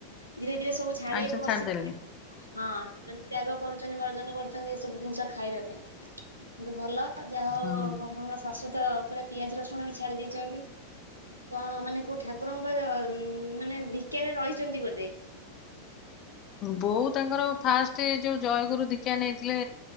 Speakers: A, on the right (about 80°); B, on the left (about 35°).
A: ଧୀରେ ଧୀରେ ସବୁ ଛାଡିବାକୁ
B: ଆଇଁଷ ଛାଡିଦେଲେଣି
A: ବସି ହଁ <unintelligible> ତ୍ୟାଗ କର। ବର୍ଜନ କରୁଛନ୍ତି ଏସବୁ ଜିନିଷ ଖାଇବା ପାଇଁ କିନ୍ତୁ ଭଲ ଯାହା ହଉ
B: ହୁଁ।
A: ଆପଣଙ୍କ ଶାଶୁ ତ ପୁରା ପିଆଜ ରସୁଣ ବି ଛାଡ଼ି ଦେଇଛନ୍ତି। ତ ମାନେ କୋଉ ଠାକୁରଙ୍କ ମାନେ ଦିକ୍ଷାରେ ରହିଛନ୍ତି ବୋଧେ।
B: ବୋଉ ତାଙ୍କର ଫାଷ୍ଟ ଏ ଯୋଉ ଜୟଗୁରୁ ଧୀଖ୍ୟା ନେଇଥିଲେ